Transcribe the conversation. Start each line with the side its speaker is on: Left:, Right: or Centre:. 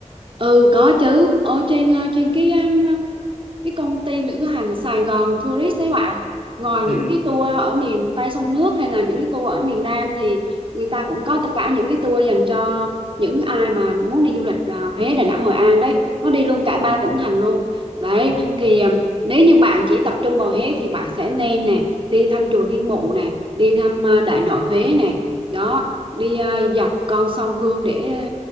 Right: ừ có chứ ở trên ờ, trên cái um, cái công ty lữ hành Sài Gòn Tourist ấy bạn ngoài
Left: Ừ.
Right: những cái tour ở miền Tây sông nước hay là những cái tour ở miền Nam thì người ta cũng có tất cả những cái tour dành cho những ai mà muốn đi du lịch à, Huế, Đà Nẵng, Hội An đấy nó đi luôn cả ba
Left: ừ
Right: tỉnh thành luôn đấy
Left: ừ
Right: thì à, nếu như bạn chỉ tập trung vào Huế thì bạn sẽ nên nè đi thăm chùa Thiên Mụ nè đi thăm à, Đại Nội Huế nè đó đi à, dọc con sông Hương để à,